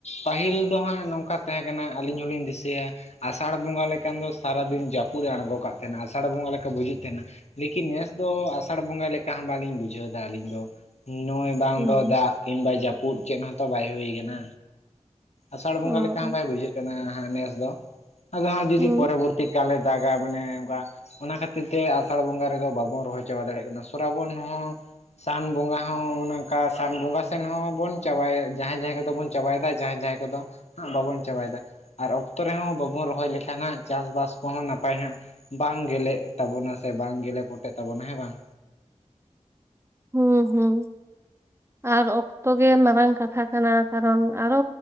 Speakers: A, on the left; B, on the right.
A: ᱯᱟᱹᱦᱤᱞ ᱫᱚ ᱦᱟᱸᱜ ᱱᱚᱝᱠᱟ ᱛᱟᱦᱮᱸ ᱠᱟᱱᱟ ᱟᱹᱞᱤᱧ ᱦᱚᱸᱞᱤᱧ ᱫᱤᱥᱟᱹᱭᱟ ᱟᱥᱟᱲ ᱵᱚᱸᱜᱟ ᱞᱮᱠᱟᱱ ᱫᱚ ᱥᱟᱨᱟᱫᱤᱱ ᱡᱟᱹᱯᱩᱫ ᱮ ᱟᱬᱜᱚ ᱠᱟᱜ ᱛᱟᱦᱮᱱᱟ ᱟᱥᱟᱲ ᱵᱚᱸᱜᱟ ᱞᱮᱠᱟ ᱵᱩᱡᱩᱜ ᱛᱟᱦᱮᱱᱟ ᱞᱮᱠᱤᱱ ᱱᱮᱥ ᱫᱚ ᱟᱥᱟᱲ ᱵᱚᱸᱜᱟ ᱞᱮᱠᱟ ᱠᱟᱱ ᱵᱟᱞᱤᱧ ᱵᱩᱡᱷᱟᱹᱣ ᱮᱫᱟ ᱟᱹᱞᱤᱧ ᱫᱚ ᱱᱚᱜᱚᱭ ᱵᱟᱝ
B: ᱦᱩᱸ
A: ᱫᱚ ᱫᱟᱜ ᱠᱤᱝᱵᱟ ᱡᱟᱹᱯᱩᱫ ᱪᱮᱫ ᱦᱚᱸᱛᱚ ᱵᱟᱭ ᱦᱩᱭ ᱟᱠᱟᱱᱟ ᱟᱥᱟᱲ ᱵᱚᱸᱜᱟ
B: ᱚ
A: ᱞᱮᱠᱟ ᱦᱚᱸ ᱵᱟᱭ ᱵᱩᱡᱷᱟᱹᱜ ᱠᱟᱱᱟ ᱦᱟᱸᱜ ᱱᱮᱥ ᱫᱚ ᱟᱫᱚ ᱦᱟᱸ ᱡᱩᱫᱤ
B: ᱦᱩᱸ
A: ᱯᱚᱨᱚᱵᱚᱨᱛᱤ ᱮᱠᱟᱞᱮ ᱫᱟᱜᱟ ᱢᱟᱱᱮ ᱚᱱᱠᱟ ᱚᱱᱟ ᱠᱷᱟᱹᱛᱤᱨ ᱛᱮ ᱟᱥᱟᱲ ᱵᱚᱸᱜᱟ ᱨᱮᱫᱚ ᱵᱟᱵᱚᱱ ᱨᱚᱦᱚᱭ ᱪᱟᱵᱟ ᱫᱟᱲᱮᱭᱟᱜ ᱠᱟᱱᱟ ᱥᱨᱟᱵᱚᱱ ᱦᱚᱸ ᱥᱟᱱ ᱵᱚᱸᱜᱟ ᱦᱚᱸ ᱚᱱᱠᱟ ᱥᱟᱱ ᱵᱚᱸᱜᱟ ᱥᱮᱱ ᱦᱚᱸᱵᱚᱱ ᱪᱟᱵᱟᱭᱟ ᱡᱟᱦᱟᱸᱭ ᱡᱟᱦᱟᱸᱭ ᱠᱚᱫᱚᱵᱚᱱ ᱪᱟᱵᱟᱭᱮᱫᱟ ᱡᱟᱦᱟᱸ ᱡᱟᱭᱜᱟ ᱫᱚ ᱵᱟᱵᱚᱱ ᱪᱟᱵᱟᱭᱮᱫᱟ ᱟᱨ ᱚᱠᱛᱚ ᱨᱮᱦᱚᱸ ᱵᱟᱵᱚᱱ ᱨᱚᱦᱚᱭ ᱞᱮᱠᱷᱟᱱ ᱦᱟᱸᱜ ᱪᱟᱥᱵᱟᱥ ᱠᱚᱦᱚᱸ ᱱᱟᱯᱟᱭ ᱦᱟᱸᱜ ᱵᱟᱝ ᱜᱮᱞᱮᱜ ᱛᱟᱵᱚᱱᱟ ᱥᱮ ᱵᱟᱝ ᱜᱮᱞᱮ ᱯᱚᱴᱮᱜ ᱛᱟᱵᱚᱱᱟ ᱦᱮᱸ ᱵᱟᱝ
B: ᱦᱩᱸ ᱦᱩᱸ ᱟᱨ ᱚᱠᱛᱚ ᱜᱮ ᱢᱟᱨᱟᱝ ᱠᱟᱛᱷᱟ ᱠᱟᱱᱟ ᱠᱟᱨᱚᱱ ᱟᱨᱚ